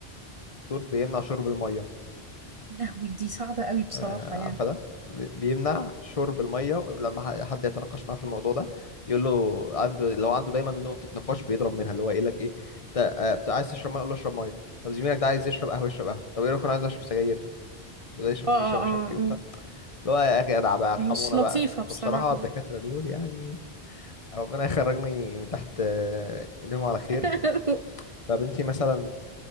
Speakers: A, on the left; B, on the right.
A: بيمنع شرب المية
B: يا لهوي دي صعبة قوي بصراحة
A: آه
B: يعني
A: عارفة ده بي- بيمنع شرب المية ولما ح- حد يتناقش معاه في الموضوع ده يقول له عنده لو عنده دايما نقطة نقاش بيضرب منها اللي هو يقول لك ايه انت آه، بت- عايز تشرب مية يقول له اشرب مية طب زميلك ده عايز يشرب قهوة يشرب قهوة طب ايه رأيك انا عايز اشرب سجاير وده يشرب
B: اه اه
A: شيشة ومش
B: اه
A: عارف ايه وبتاع
B: آه.
A: اللي هو يا اخي ادعى بقى
B: مش
A: ارحمونا
B: لطيفة
A: بقى
B: بصراحة
A: فبصراحة الدكاترة دول يعني ربنا يخرجني من تحت آه، ايديهم على خير
B: <laughs>
A: طب انتي مثلا